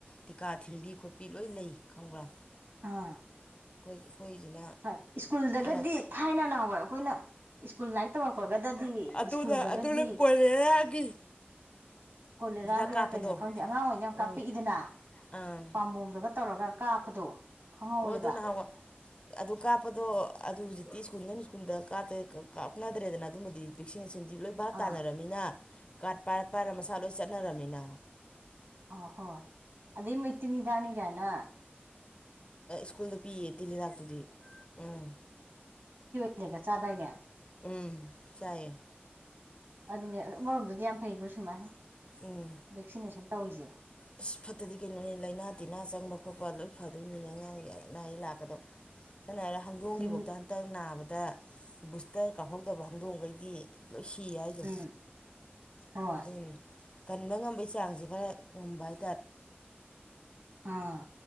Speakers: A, on the left (about 30°); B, on the right (about 65°).
A: ꯇꯤꯀꯥ ꯊꯤꯟꯕꯤ ꯈꯣꯠꯄꯤ ꯂꯣꯏ ꯂꯩ ꯈꯪꯕ꯭ꯔꯥ
B: ꯑꯥ
A: ꯑꯩꯈꯣꯏ ꯑꯩꯈꯣꯏꯁꯤꯅ
B: ꯍꯣꯏ ꯁ꯭ꯀꯨꯜꯗꯒꯗꯤ
A: ꯈꯔ
B: ꯊꯥꯏꯅ ꯅꯥꯋꯏ ꯑꯩꯈꯣꯏꯅ ꯏꯁ꯭ꯀꯨꯜ ꯂꯥꯏꯇ ꯇꯕꯄꯒꯠ ꯗꯗꯤ
A: ꯑꯗꯨꯅ
B: ꯁ꯭ꯀꯨꯜꯗꯒꯗꯤ
A: ꯑꯗꯨꯅ ꯀꯣꯂꯦꯔꯥꯒꯤ
B: ꯀꯣꯂꯦꯔꯥꯒꯤꯔ
A: ꯍꯤꯗꯥꯛ ꯀꯥꯞꯄꯗꯣ
B: ꯀꯩꯅꯣ ꯈꯪꯗꯦ ꯑꯉꯥꯡ ꯑꯣꯏꯅ ꯌꯥꯝ
A: ꯎꯝ
B: ꯀꯥꯞꯄꯤꯛꯏꯗꯅ
A: ꯑꯥ
B: ꯄꯥꯝꯕꯣꯝꯗꯒ ꯇꯧꯔꯒ ꯀꯥꯞꯄꯗꯣ ꯈꯪꯍꯧꯋꯦꯕ
A: ꯑꯣꯗꯨꯅꯕ ꯑꯗꯨ ꯀꯥꯞꯄꯗꯣ ꯑꯗꯨ ꯍꯧꯖꯤꯛꯇꯤ ꯁ꯭ꯀꯨꯜꯗ ꯁ꯭ꯀꯨꯜꯗ ꯀꯥꯞꯦ ꯀꯥꯞꯅꯗ꯭ꯔꯦꯗꯅ ꯑꯗꯨꯝꯕꯗꯤ ꯚꯦꯛꯁꯤꯡ ꯟꯗꯤ ꯂꯣꯏ ꯚꯥꯞ ꯇꯥꯟꯅꯔꯕꯃꯤꯅ
B: ꯑꯥ
A: ꯀꯥꯠ ꯄꯥꯏꯔ ꯄꯥꯏꯔ ꯃꯁꯥ ꯂꯣꯏ ꯆꯠꯂ ꯀꯅꯥꯔꯥꯃꯤꯅꯥ
B: ꯑ ꯍꯣ ꯑꯗꯨꯗꯩ ꯃꯩꯇꯩꯅꯤꯗꯥꯅꯤꯒꯅ
A: ꯁ꯭ꯀꯨꯜꯗ ꯄꯤꯌꯦ ꯇꯤꯍꯗꯥꯛꯇꯨꯗꯤ ꯑꯥ
B: ꯀꯔꯒ ꯆꯥꯗꯏꯅꯦ
A: ꯎꯝ ꯆꯥꯏ
B: ꯑꯗꯨꯅꯦ ꯑꯃꯔꯣꯝꯗꯗꯤ ꯌꯥꯝ ꯐꯩꯕ꯭ꯔꯣ ꯁꯨꯃꯥꯏꯅ
A: ꯎꯝ
B: ꯚꯦꯛꯁꯤꯅꯦꯁꯟ ꯇꯧꯔꯤꯁꯦ
A: ꯑꯁ ꯐꯠꯇꯗꯤ ꯀꯩꯅꯣꯅꯤ ꯂꯥꯏꯅꯥ ꯇꯤꯟꯅꯥ ꯆꯪꯕ ꯈꯣꯠꯄ ꯂꯣꯏ ꯐꯗꯣꯏꯅꯤ
B: <inaudible>
A: ꯀꯏ ꯂꯥꯛꯒꯗ ꯁꯝꯅ ꯍꯥꯏꯔꯒ ꯍꯧꯗꯣꯡꯒꯤꯐꯧꯗ
B: ꯎꯝ
A: ꯍꯟꯇꯛ ꯅꯥꯕꯗ ꯕꯨꯁꯇꯔ ꯀꯥꯞꯍꯧꯗꯕ ꯍꯧꯗꯣꯡꯒꯩ ꯒꯤ ꯂꯣꯏ ꯁꯤꯌꯦ ꯍꯥꯏꯗꯣ
B: ꯎꯝ ꯍꯣꯏ
A: ꯑꯗꯨꯅꯤ ꯀꯟꯕ ꯉꯝꯕꯩ ꯆꯥꯡꯁꯤ ꯈꯔ ꯃꯨꯝꯕꯥꯏ
B: ꯑꯥ